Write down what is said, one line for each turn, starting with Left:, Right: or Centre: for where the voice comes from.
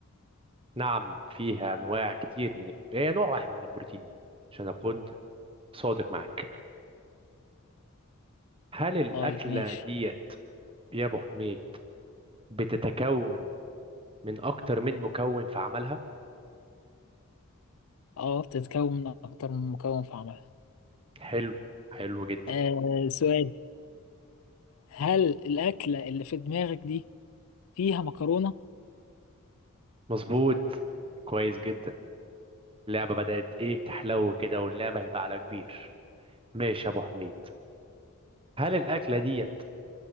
Right: نعم فيها انواع كتير من ال... هي نوع واحد من البروتين عشان اكون صادق معاك هل الاكله
Left: طيب ماشي
Right: ديت يا ابو حميد بتتكون من اكتر من مكون في عملها
Left: اه بتتكون من اكتر من مكون في عملها
Right: حلو حلو جدا
Left: آه سؤال هل الاكله اللي في دماغك دي فيها مكرونه
Right: مظبوط كويس جدا اللعبة بدأت ايه تحلو كده واللعبة هيبقى على كبير ماشي يا ابو حميد هل الاكلة ديت